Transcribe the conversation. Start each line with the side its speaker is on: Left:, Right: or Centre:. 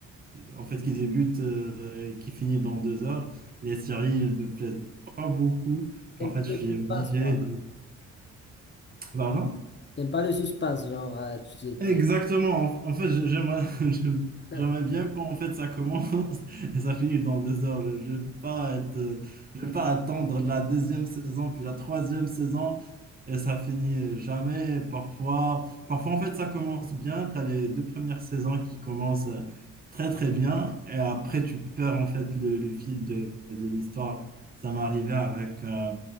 Right: en fait, qui débute euh, et qui finit dans deux heures. Les séries, elles me plaisent pas beaucoup.
Left: t'aimes
Right: En fait,
Left: pas
Right: je suis
Left: le suspense,
Right: obligé
Left: quoi.
Right: de... Pardon
Left: T'aimes pas le suspense, genre, euh, tu tu-
Right: Exactement.
Left: tu-
Right: En, en fait, je- j'aimerais <laughs> j'aime-
Left: <laughs>
Right: j'aimerais bien quand en fait ça commence <laughs> et ça finit dans deux heures. Je, je vais pas être, euh, je vais pas attendre la deuxième saison puis la troisième saison et ça finit jamais. Parfois, parfois en fait ça commence bien. Tu as les deux premières saisons qui commencent euh, très très bien et après tu perds en fait le, le fil de, de l'histoire. Ça m'est arrivé avec euh,